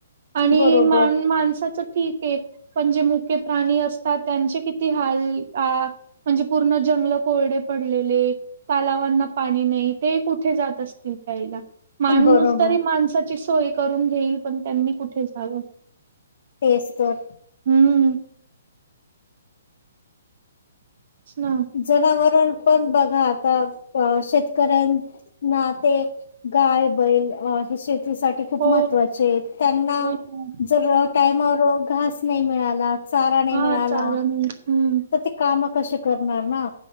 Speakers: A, on the right; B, on the left.
A: आणि
B: बरोबर
A: मा माणसंच ठीक हे पण जे मुके प्राणी असतात, त्यांचे किती ती हाल अं म्हणजे पूर्ण जंगलं कोरडे पडलेले तलावांना पाणी नाही ते कुठे जात असतील प्यायला. माणूस
B: बरोबर
A: तरी माणसाची सोय करून घेईल पण त्यांनी कुठे जाव
B: तेस तर.
A: हूं! <unintelligible>
B: जनावरण पण बघा आता शेत <unintelligible> ते गाय बैल अ हे शेती ते साठी खूप
A: हो
B: महत्त्वाचेत त्यांना
A: हो ना
B: जर टायमावर घास नाही मिळाला. चारा नाही
A: हा
B: मिळाला.
A: चालन हम्म
B: तर ते काम. कसे करणार ना.